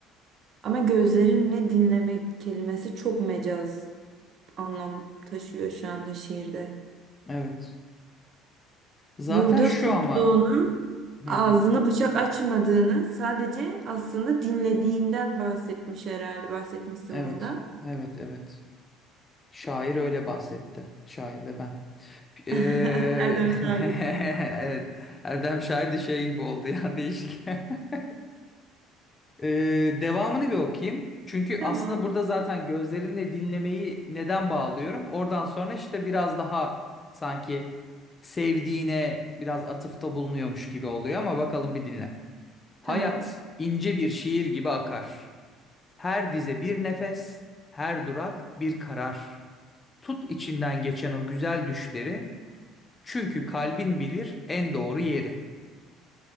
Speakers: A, on the right; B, on the left.
A: Ama gözlerinle dinlemek kelimesi çok mecaz anlam taşıyor şu anda şiirde.
B: Evet. Zaten
A: Burada
B: şu
A: sustuğunu,
B: ama hı
A: ağzını
B: hı.
A: bıçak açmadığını sadece aslında dinlediğinden bahsetmiş herhalde. Bahsetmişsin
B: Evet.
A: burada.
B: Evet, evet. Şair öyle bahsetti. Şair de ben. Eee,
A: <laughs> Erdem şair.
B: <laughs> Evet. Erdem Şair de şey gibi oldu ya değişik. <laughs> Eee, devamını bir okuyayım. Çünkü
A: Tamam.
B: aslında burada zaten gözlerinle dinlemeyi neden bağlıyorum? Oradan sonra işte biraz daha sanki sevdiğine biraz atıfta bulunuyormuş gibi oluyor ama bakalım bir dinle. Hayat
A: Tamam.
B: ince bir şiir gibi akar. Her dize bir nefes, her durak bir karar. Tut içinden geçen o güzel düşleri, çünkü kalbin bilir en doğru yeri.